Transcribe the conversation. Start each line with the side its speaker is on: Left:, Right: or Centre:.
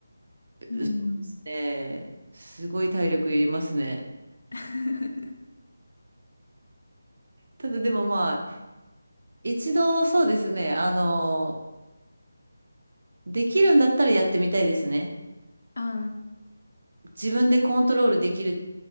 Left: うん。
Right: そうですね。すごい体力いりますね。
Left: <laughs>
Right: ただでもまあ、一度そうですね、あの、できるんだったらやってみたいですね。
Left: あ
Right: 自分でコントロールできる。